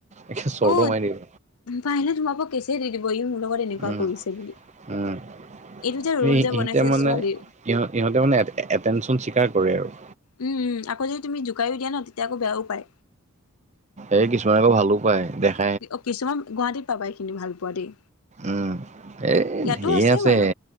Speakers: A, on the right; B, on the left.
A: একে চৰটো
B: অ
A: মাৰি দিব
B: পাৰিলে তোমাৰ ওপৰত কেছেই দি দিব ই মোৰ লগত এনেকুৱা
A: উম
B: কৰিছে বুলি।
A: উম,
B: এইটো যে ৰোল
A: আমি
B: যে বনাইছে
A: এটিয়া মানে
B: ছোৱালীৰ
A: ইহঁ- ইহঁতৰ মানে এটেনচন স্বীকাৰ কৰে আৰু
B: উম - উম আকৌ যদি তুমি জোকাইও দিয়া ন তেতিয়া আকৌ বেয়াও পাই।
A: এই কিছুমানে আকৌ ভালো পায় দেখ
B: অ', কিছুমান গুৱাহাটীত পাবা এইখিনি ভাল পোৱা দেই।
A: উম, এই
B: ইয়াতো
A: ঢেৰ আছে।
B: বাৰু